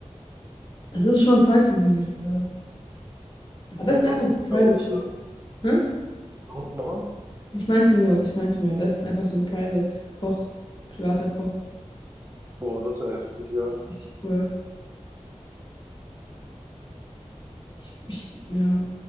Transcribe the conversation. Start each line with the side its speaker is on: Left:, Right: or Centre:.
Left: es ist schon zeitintensiv. leider. Am
Right: Ich
Left: besten
Right: glaube,
Left: einfach
Right: das
Left: so
Right: ist,
Left: ein Private
Right: glaube ich, so
Left: Chef,
Right: der.
Left: ne?
Right: Nochmal?
Left: Ich meinte nur, ich meinte nur, am besten einfach so ein Private Koch, privater Koch.
Right: Boah, das wäre heftig, ja.
Left: Richtig cool. Ich, ich, ja.